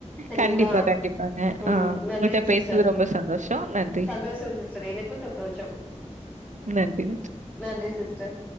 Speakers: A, on the left; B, on the right.
A: சரிங்களா
B: கண்டிப்பா, கண்டிப்பாங்க.
A: ம்
B: ஆ
A: நன்றிங்க
B: உங்கள்ட்ட
A: சிஸ்
B: பேசுனது
A: டர்
B: ரொம்ப சந்தோஷம். நன்றி.
A: சந்தோஷம் சிஸ்டர் எனக்கும் சந்தோஷம்
B: நன்றி ந
A: ம் நன்றி சிஸ்டர்